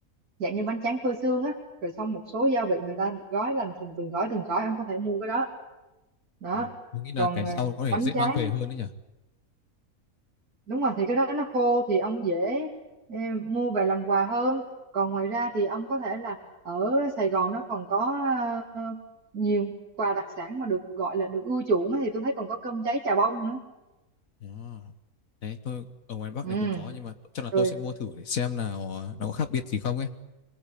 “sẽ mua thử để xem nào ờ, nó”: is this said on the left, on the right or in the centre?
Left